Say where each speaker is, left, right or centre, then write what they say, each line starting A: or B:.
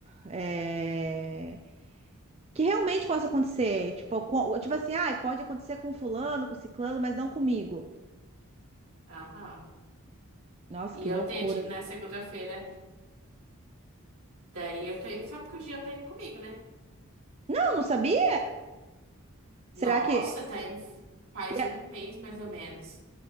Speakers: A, on the right; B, on the right.
A: é, que realmente possa acontecer. Tipo, com- tipo assim, ah, pode acontecer com fulano, com ciclano, mas não comigo.
B: Aham.
A: Nossa, que
B: E
A: loucura.
B: eu tentei, na segunda-feira. Daí eu tô indo, sabe que o Jean tá indo comigo, né?
A: Não, não sabia? Será
B: Nossa,
A: que.
B: tá indo faz
A: E a,
B: um mês mais ou menos.